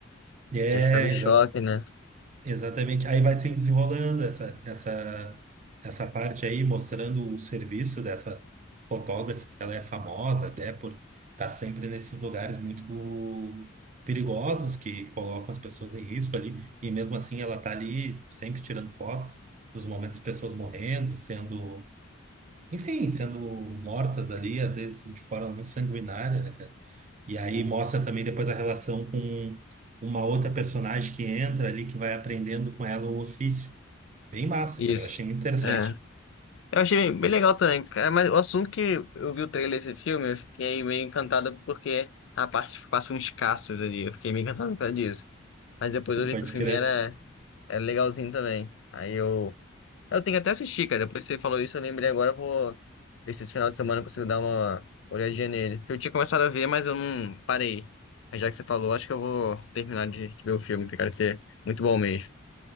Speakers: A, on the right; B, on the left.
A: É,
B: Que ficava em
A: exa
B: choque, né?
A: exatamente. Aí vai se desenrolando essa essa essa parte aí mostrando o serviço dessa fotógrafa, que ela é famosa até por estar sempre nesses lugares muito perigosos que colocam as pessoas em risco ali, e mesmo assim ela tá ali sempre tirando fotos dos momentos das pessoas morrendo, sendo enfim, sendo mortas ali, às vezes de forma muito sanguinária, né, cara? E aí mostra também depois a relação com uma outra personagem que entra ali, que vai aprendendo com ela o ofício. Bem massa,
B: Isso.
A: cara. Eu achei muito interessante.
B: É. Eu achei bem, bem legal também, cara, mas o assunto que eu vi o trailer desse filme, eu fiquei meio encantado porque a parte que passa uns caças ali, eu fiquei meio encantado por causa disso. Mas depois
A: Pode
B: eu vi que o filme
A: crer.
B: era, era legalzinho também. Aí eu. Eu tenho que até assistir, cara. Depois que você falou isso, eu lembrei agora, eu vou ver se esse final de semana eu consigo dar uma olhadinha nele. Eu tinha começado a ver, mas eu não parei. Mas já que você falou, acho que eu vou terminar de, de ver o filme, tem cara de ser muito bom mesmo.